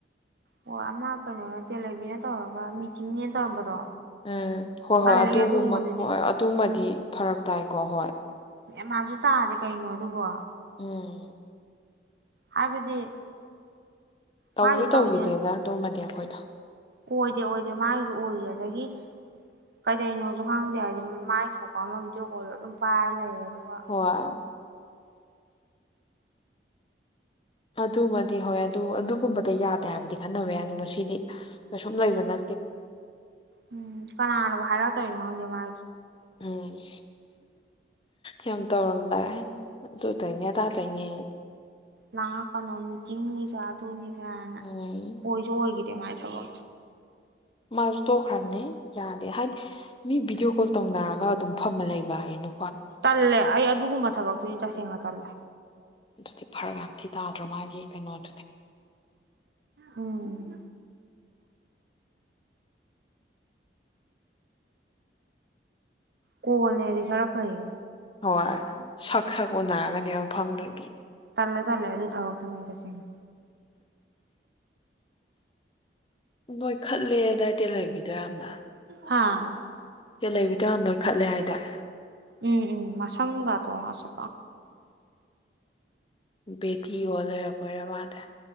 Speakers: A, on the right (about 65°); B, on the left (about 30°).
A: ꯑꯣ ꯑꯃ ꯀꯩꯅꯣ ꯅ ꯇꯦꯜꯂꯕꯤꯅ ꯇꯧꯔꯒ ꯃꯤꯇꯤꯡꯅꯦꯅ ꯇꯧꯔꯝꯕꯗꯣ
B: ꯎꯝ ꯍꯣꯏ
A: ꯇꯜꯂꯦꯍꯦ
B: ꯍꯣꯏ ꯑꯗꯨꯒꯨꯝꯕ
A: ꯑꯗꯨꯒꯨꯝꯕꯗꯨꯗꯤ
B: ꯍꯣꯏꯣꯏ ꯑꯗꯨꯃꯗꯤ ꯐꯔꯛ ꯇꯥꯏꯒꯦ ꯍꯣꯏ
A: ꯑꯦ ꯃꯥꯥꯟꯁꯨ ꯇꯥꯗꯦ ꯀꯩꯅꯣ ꯑꯗꯨꯕꯣ
B: ꯎꯝ
A: ꯍꯥꯏꯕꯗꯤ
B: ꯇꯧꯁꯨ
A: ꯃꯥꯏꯗꯣ
B: ꯇꯧꯈꯤꯗꯦꯗ
A: ꯇꯧꯔꯤꯅꯦꯅ
B: ꯑꯗꯨꯃꯗꯤ ꯑꯩꯈꯣꯏꯗ
A: ꯑꯣꯏꯗꯦ ꯑꯣꯏꯗꯦ ꯃꯥꯒꯤꯗꯨꯣ ꯑꯣꯏꯔꯤ ꯑꯗꯒꯤ ꯀꯩꯗꯩꯅꯣꯁꯨ ꯈꯪꯗꯦ ꯍꯥꯏꯗꯤ ꯃꯥꯏ ꯊꯣꯛꯄ ꯑꯃ ꯚꯤꯗꯤꯑꯣ ꯀꯣꯜꯗꯣ ꯑꯗꯨꯝ ꯄꯥꯏꯔ ꯂꯩꯔꯦ ꯑ
B: ꯍꯣꯏ ꯑꯗꯨꯃꯗꯤ ꯍꯣꯏ ꯑꯗꯨ ꯑꯗꯨꯒꯨꯝꯕꯗ ꯌꯥꯗꯦ ꯍꯥꯏꯕꯗꯤ ꯈꯟꯅꯕꯦ ꯑꯣ ꯉꯁꯤꯗꯤ ꯀꯩꯁꯨꯝ ꯂꯩꯕꯅ
A: ꯎꯝ ꯀꯅꯥꯅꯣ ꯍꯥꯏꯔꯛꯛꯇꯣꯏꯅꯣ ꯍꯥꯏꯪ ꯃ
B: ꯑꯗꯨ ꯃꯅꯤ ꯌꯥꯝ ꯇꯧꯔꯝꯗꯥꯏ ꯎ ꯑꯗꯨꯗꯥꯥꯏꯅꯦ ꯗꯗꯏꯅꯦ
A: ꯂꯅꯥ ꯀꯅꯣꯅꯤ ꯅꯤꯒ ꯑꯗꯨꯅꯤ ꯌꯥꯅ
B: ꯎꯝ
A: ꯑꯣꯏꯁꯨ ꯑꯣꯏꯈꯤ ꯃꯥꯏ ꯊꯕ
B: ꯃꯥꯁꯨ ꯇꯣꯛꯈ꯭ꯔꯕꯅꯦ ꯌꯥꯗꯦ ꯍꯥꯏꯗꯤ ꯃꯤ ꯚꯤꯗꯤꯑꯣ ꯀꯣꯜ ꯇꯧꯅꯔꯒ ꯑꯗꯨꯝ ꯐꯝꯃ ꯂꯩꯕ ꯍꯥꯏꯅ
A: ꯇꯜꯂꯦ ꯑꯩ ꯑꯗꯨꯒꯨꯝꯕ ꯊꯕꯛꯇꯨꯗꯤ ꯇꯁꯦꯡꯅ ꯆꯂꯦ
B: ꯑꯗꯨꯗꯤ ꯐꯔ ꯉꯥꯛꯇꯤ ꯇꯥꯗ꯭ꯔꯣ ꯃꯥꯒꯤ ꯀꯩꯅꯣ <inaudible>
A: ꯎꯝ ꯀꯣꯜꯅꯦꯗꯤ ꯈꯔ ꯐꯩ
B: ꯍꯣꯏ ꯁꯛ ꯁꯛ ꯎꯅꯔꯒꯅꯦꯕ ꯃꯐꯝꯗꯨꯒꯤ
A: ꯇꯜꯂꯦ ꯇꯜꯂꯦ ꯑꯗꯨ ꯊꯥꯎꯕꯛꯇꯨꯝ ꯇꯁꯦꯡꯅ
B: ꯅꯣꯏ ꯈꯠꯂꯦ ꯗꯥꯏꯠꯇ ꯂꯩꯕꯤ ꯌꯥꯝꯅ
A: ꯍꯥꯥ
B: ꯇ ꯂꯩꯕꯤ <unintelligible> ꯈꯠꯂꯦ ꯍꯥꯏꯇꯥꯔꯦ
A: ꯎꯝ ꯎꯝ ꯃꯁꯝꯒꯗꯣ ꯑꯁ
B: <inaudible> ꯏ ꯌ‌ꯣꯜ ꯂꯩꯔꯕ‌ꯣꯏꯔ‌ꯦ ꯃꯥꯗꯤ